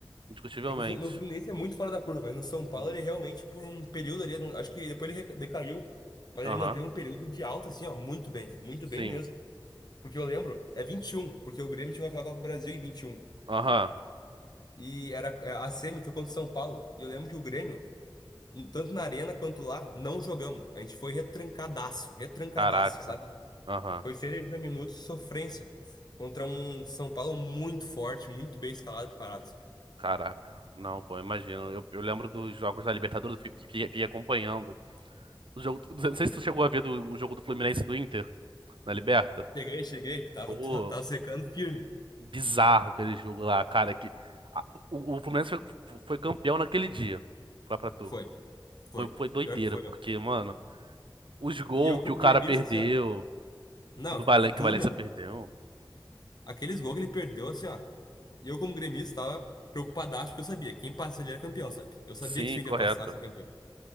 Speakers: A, on the right; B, on the left.
A: Indiscutivelmente.
B: É que o Flu- no Fluminense é muito fora da curva, mas no São Paulo
A: Muito.
B: ele realmente, por um período ali, eu não- acho que depois ele reca- decaiu, mas
A: Aham.
B: ele manteve um período de alta, assim, ó, muito bem, muito
A: Sim.
B: bem mesmo. Porque eu lembro, é 21, porque o Grêmio tinha uma final da Copa do Brasil em 21. E um.
A: Aham.
B: E era, é, a semi foi contra o São Paulo. E eu lembro que o Grêmio um, tanto na arena quanto lá, não jogamos. A gente foi retrancadaço, retrancadaço,
A: Caraca.
B: sabe?
A: Aham.
B: Foi 180 minutos de sofrência contra um São Paulo muito forte, muito bem escalado e preparado.
A: Caraca, não, pô, imagino. Eu, eu lembro dos jogos da Libertadores, eu fiquei, fiquei- fiquei acompanhando. O jogo, não sei se tu chegou a ver do, o jogo do Fluminense e do Inter na Liberta.
B: Cheguei, cheguei, tava,
A: Pô,
B: <laughs> tava, tava secando firme.
A: bizarro aquele jogo lá, cara. Que, a- o, o Fluminense foi, foi campeão naquele dia. Foi pra tu.
B: Foi, foi.
A: Foi, foi doideira,
B: Pior que foi,
A: porque,
B: ó.
A: mano, os gols
B: E eu como
A: que o cara
B: gremista,
A: perdeu,
B: assim, ó. Não,
A: do Valen,
B: e tu,
A: que o Valência
B: meu,
A: perdeu.
B: aqueles gols que ele perdeu, assim, ó. E eu como gremista tava preocupadaço, porque eu sabia, quem passa ali era campeão, sabe? Eu sabia
A: Sim,
B: que se o
A: correto.
B: Inter passasse era campeão.